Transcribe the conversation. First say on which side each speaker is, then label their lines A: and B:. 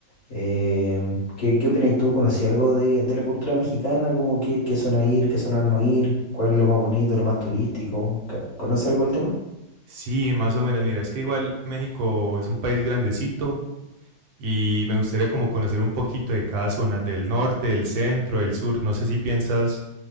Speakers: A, on the left; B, on the right.
A: Em, ¿qué, qué opinas tú? ¿Conocí algo de, de la cultura mexicana? Como que, qué zona ir, qué zona no ir? ¿Cuál es lo más bonito, lo más turístico? ¿Ca- ¿Conoces algo del tema?
B: Sí, más o menos. Mira, es que igual México es un país grandecito y me gustaría como conocer un poquito de cada zona del norte, del centro, del sur. No sé si piensas